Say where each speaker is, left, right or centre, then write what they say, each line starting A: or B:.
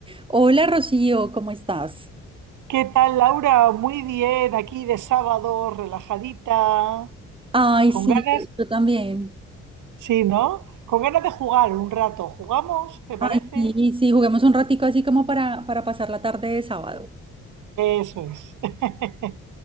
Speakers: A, on the right (about 15°); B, on the right (about 85°).
A: Hola Rocío, ¿cómo estás?
B: ¿Qué tal, Laura? Muy bien, aquí de sábado, relajadita,
A: Ay,
B: con
A: sí,
B: ganas,
A: yo, yo también.
B: sí, ¿no? Con ganas de jugar un rato. ¿Jugamos? ¿Te
A: Ay,
B: parece?
A: sí, sí, juguemos un ratico así como para, para pasar la tarde de sábado.
B: Eso es. <laughs>